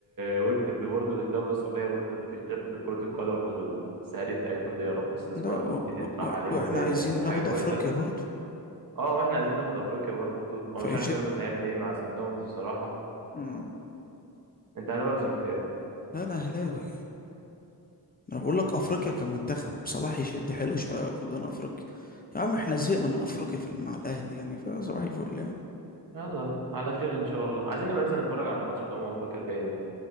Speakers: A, on the right; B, on the left.
A: ويكتب برضه للدوله السعوديه برضه اللي فيه الخير في كره القدم والسهري بتاعتهم دي يا رب استثماراتهم
B: لا و...
A: دي تطرح
B: و...
A: عليهم
B: واحنا
A: ب...
B: عايزين
A: بحاجه
B: ناخد
A: كويسه
B: افريقيا برضو
A: اه واحنا عايزين ناخد افريقيا برضه هو
B: فيشد
A: مش عارف بيراميدز هيعمل ايه مع سان داونز بصراحه
B: مم،
A: انت اهلاوي ولا زملكاوي
B: لا انا اهلاوي ما انا بقول لك افريقيا كمنتخب صلاح يشد حلو شوية وياخد لنا افريقيا يا عم احنا زهقنا من افريقيا في مع الاهلي يعني فصباح الفل يعني
A: يلا على خير ان شاء الله عايزين نبقى ننزل نتفرج على الماتش بتاع امم افريقيا الجاي ده